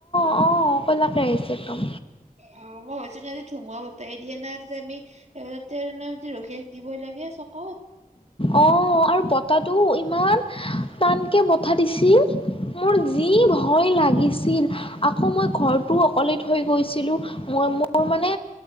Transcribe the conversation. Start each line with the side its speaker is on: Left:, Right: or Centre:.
Left: অঁ ক'লাকে আহিছে একদম
Right: অঁ মই ভাবিচো আজি সোমাব তো তাই দিয়া নাই তাতে আমি- বাহিৰতে আমি ৰখি থাকিবই লাগে চকত।
Left: অ আৰু বতৰটো ইমান টানকে বতাহ দিছিল মোৰ যি ভয় ভয় লাগিছিল আকৌ মই ঘৰটো অকলে থৈ গৈছিলোঁ। মই মোৰ মানে